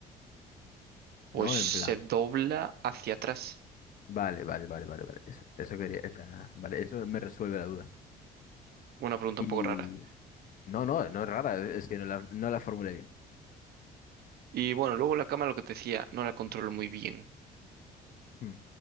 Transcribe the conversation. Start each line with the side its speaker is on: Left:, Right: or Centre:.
Right: Pues
Left: ¿no?
Right: se
Left: En plan.
Right: dobla hacia atrás.
Left: Vale, vale, vale, vale, vale. Eso, eso quería, esa- vale, eso me resuelve la duda.
Right: Una pregunta
Left: Y
Right: un poco rara.
Left: no, no, no es rara, es que no la, no la formulé bien.
Right: Y bueno, luego la cámara, lo que te decía, no la controlo muy bien.
Left: Hmm.